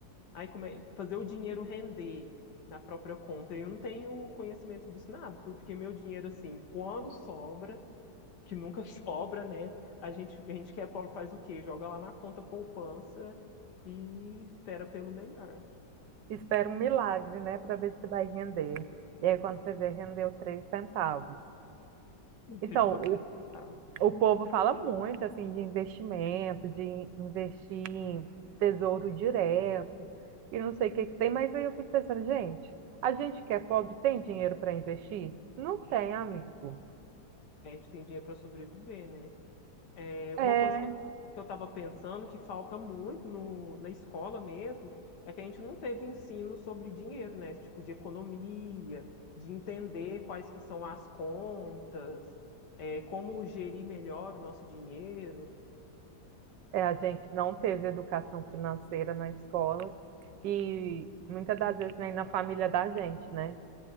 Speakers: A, on the left; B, on the right.
A: ai, como é- fazer o dinheiro render na própria conta. Eu não tenho conhecimento disso nada, porque meu dinheiro, assim, quando sobra que nunca <laughs> sobra, né? A gente, a gente que é pobre faz o quê? Joga lá na conta poupança e espera pelo melhor.
B: Espera um milagre, né, para ver se vai render. E aí, quando você vê, rendeu três centavos.
A: <laughs> Entendeu?
B: Então,
A: Três
B: o
A: centavos.
B: O povo fala muito assim de investimento, de investir em tesouro direto e não sei o que que tem, mas aí eu fico pensando, gente, a gente que é pobre tem dinheiro para investir? Não tem, amigo.
A: A gente tem dinheiro para sobreviver, né? É, uma
B: É,
A: coisa que eu, que eu tava pensando que falta muito no, na escola mesmo é que a gente não teve ensino sobre dinheiro, né? Tipo, de economia, de entender quais que são as contas, é, como gerir melhor o nosso dinheiro.
B: é, a gente não teve educação financeira na escola e muitas das vezes nem na família da gente, né?